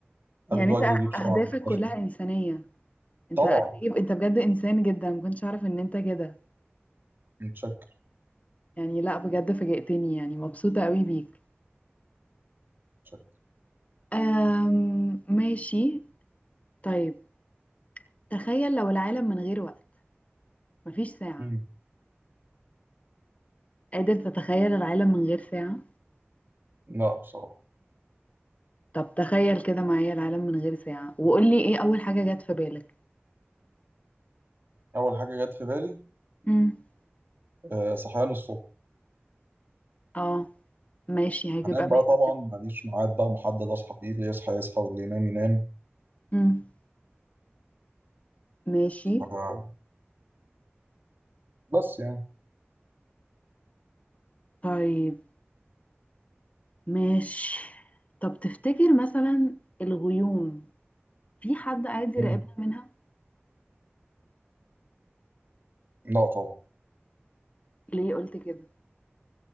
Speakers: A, on the right; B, on the left.
A: اخده
B: يعني أنت
A: واجري بيه بسرعة
B: أهدافك
A: من
B: كلها
A: المستشفى
B: إنسانية أنت
A: طبعا
B: قد إيه أنت بجد إنسان جدا ما كنتش أعرف إن أنت كده
A: متشكر
B: يعني لا بجد فاجأتني يعني مبسوطة قوي بيك
A: متشكر
B: أم ماشي طيب تخيل لو العالم من غير وقت مفيش ساعة
A: مم.
B: قادر تتخيل العالم من غير ساعة
A: لا بصراحة
B: طب تخيل كده معايا العالم من غير ساعة وقول لي ايه أول حاجة جت في بالك
A: اول حاجة جت في بالي
B: امم
A: أه صحيان الصبح
B: اه ماشي هيبقى
A: هنام بقى
B: ماله
A: طبعا
B: يعني.
A: ماليش ميعاد بقى محدد اصحى فيه اللي يصحى يصحى واللي ينام ينام
B: امم ماشي
A: آه، بس يعني
B: طيب ماشي طب تفتكر مثلا الغيوم في حد قاعد يراقبنا
A: مم.
B: منها
A: لا طبعا
B: ليه قلت كده